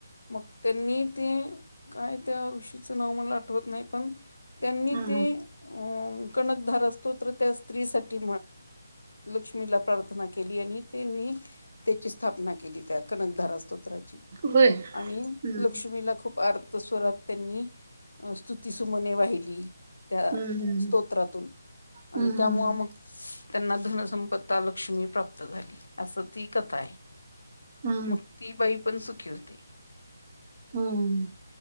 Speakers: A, on the left; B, on the right.
A: मग त्यांनी ते काय त्या ऋषीचं नाव मला आठवत नाही पण त्यांनी
B: हा
A: ते
B: हा
A: कणकधार असतो तर त्या स्त्री साठी लक्ष्मीला प्रार्थना केली आणि त्यांनी त्याची स्थाप केली त्या कनकधारा स्त्राची
B: होय हम्म
A: आणि लक्ष्मीला खूप आ स्वरात त्यांनी स्तुतीसुमने वाहिली त्या
B: हम्म हम्म
A: स्तोत्रातून आणि
B: हम्म
A: त्यामुळं
B: हम्म
A: मग त्यांना धनसंपत्ता लक्ष्मी प्राप्त झाली असं ती कथा आहे.
B: हा.
A: मग ती बाई पण सुखी होती.
B: हम्म,